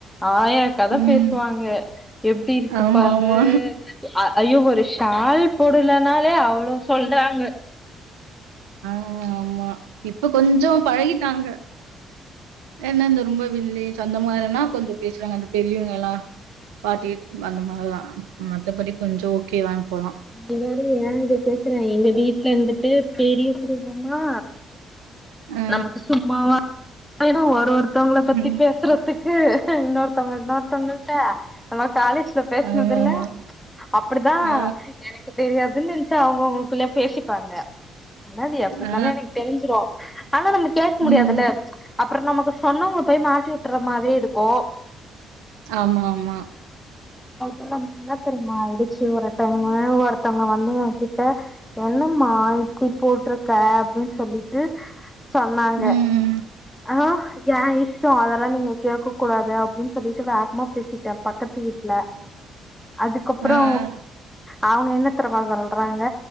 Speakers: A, in the centre; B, on the right.
A: ஆயா கத
B: ம்.
A: பேசுவாங்க எப்டி இருக்கு
B: ஆமா,
A: பாரு
B: ஆமா.
A: அ ஐயோ ஒருஸ் தால் போடலனாலே அவ்லோ சொல்றாங்க
B: ம் ஆமா இப்ப கொஞ்ஜொ பழகிட்டாங்க என்ன இந்த ரொம்ப வில்லே தொந்த மாரினா கொஞ்சொ பேசுறாங்க அந்த பெரியவங்க எல்லா பாட்டி அந்த மாரி தா மத்தபடி கொஞ்சம் ஓகே தான் இப்போலாம்.
A: நீங்க வேற ஏ இத கேக்குறே எங்க வீட்லந்து டு பெரிய குடும்பமா
B: ஆ.
A: நமக்கு சும்மாவா அய்னு ஒரு ஒருத் தவுங்ள பத்தி
B: ம்.
A: பேசுறத்துக் <unintelligible> இன்னொர் <unintelligible> இன்னொருதங்கள்ட காலேஜ்ல பேசுனது
B: ஆமாமா.
A: இல்ல அப்படிதான்
B: ஆ.
A: எனக்கு தெரியாது இருந்துருந்துச்ச அவங்கவுங்களுக்குள்ளயே பேசிப்பாங்க ஆனா அது எப்பிடியிருந்தாலும்
B: ஆ.
A: எனக்கு தெரிஞ்சிரும் ஆனா நம்ம கேட்க முடியாதுல
B: ம்.
A: அப்புறம் நமக்கு சொன்னவங்க போய் மாட்டி விட்டுறமாவே இருக்கும்
B: ஆம்மா ஆமா
A: <unintelligible> என்ன தெரியுமா ஆயிடுச்சு ஒரு டைம் ஒருத்தவங்க வந்து என் கிட்ட என்னம்மா இப்படி போட்ருக்க அப்படின்னு சொல்லிட்டு சொன்னாங்க
B: ம்.
A: ஆஹ் ஏன் இஷ் சோ அதெல்லாம் நீங்க கேட்க கூடாது அப்படின்னு சொல்லிட்டு வேகமா பேசிட்டேன் பக்கத்து வீட்ல அதுக்கப்றோ
B: ஆஹ் அ
A: அவங்க என்ன தெருமா சொல்றாங்க